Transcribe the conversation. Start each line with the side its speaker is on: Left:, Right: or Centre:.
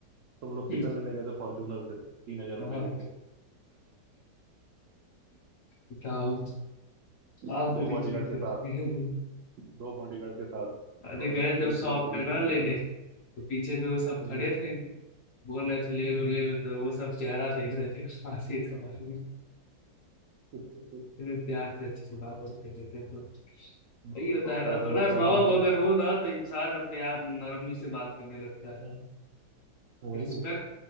Right: तुम लोग
Left: ठीक।
Right: चिकन लेने गए थे फॉर्च्यूनर से तीन हजार रुपये
Left: हाँ
Right: लेके
Left: बताओ
Right: दो
Left: आप अभी
Right: बॉडीगार्ड
Left: जीते
Right: के साथ दो बॉडीगार्ड के साथ
Left: अरे
Right: और
Left: गए
Right: एक ए,
Left: जब शॉप
Right: एक
Left: पे
Right: एक
Left: ना
Right: ड्राइवर
Left: लेने
Right: के
Left: तो पीछे दो सब
Right: हम्म,
Left: खड़े थे बोल रहे थे ले
Right: हम्म।
Left: लो ले लो तो वो सब चेहरा देख रहे थे कहाँ से तुम्हारी
Right: उसके-
Left: फिर प्यार से अच्छे से बात
Right: और
Left: करते रहते तो वही
Right: दो
Left: होता
Right: दो
Left: है
Right: कार
Left: ना थोड़ा
Right: दो
Left: रॉब
Right: कार से उतरे
Left: अगर हो ना तो इंसान अपने आप नरमी से बात करने लगता है
Right: हम्म, वही
Left: रिस्पेक्ट
Right: है।